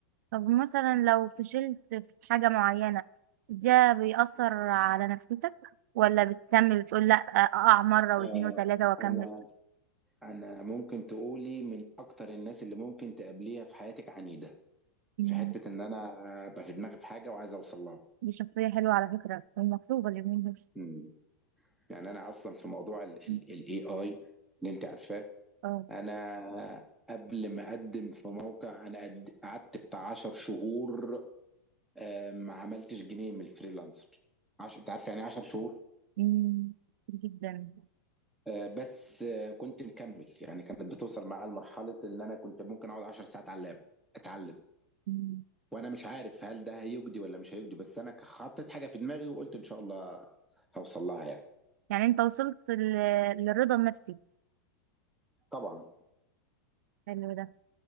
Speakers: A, on the right; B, in the centre.
A: طب مثلا لو فشلت في حاجة معينة ده بيأثر على نفسيتك ولا بتكمل وتقول لا أقع مرة
B: آه
A: واتنين وتلاتة وأكمل
B: أنا أنا ممكن تقولي من أكتر الناس اللي ممكن تقابليها في حياتك عنيدة
A: مم.
B: في حتة إن أنا أبقى في دماغي في حاجة وعايز أوصل لها
A: دي شخصية حلوة على فكرة ومطلوبة اليومين دول
B: مم. يعني أنا أصلا في موضوع ال
A: مم.
B: ال ال AI اللي أنت عارفاه
A: اه
B: أنا قبل ما أقدم في موقع أنا قد- قعدت بتاع 10 شهور آه، ما عملتش جنيه من الفريلانسر عش... أنت عارف يعني إيه 10 شهور
A: مم. جدا
B: آه، بس آه، كنت مكمل يعني كانت بتوصل معايا لمرحلة إن أنا كنت ممكن أقعد 10 ساعات على اللاب أتعلم
A: مم.
B: وانا مش عارف هل ده هيجدي ولا مش هيجدي بس انا حطيت حاجه في دماغي وقلت ان شاء الله هوصل لها يعني
A: يعني انت وصلت لل- للرضا النفسي
B: طبعا
A: حلو ده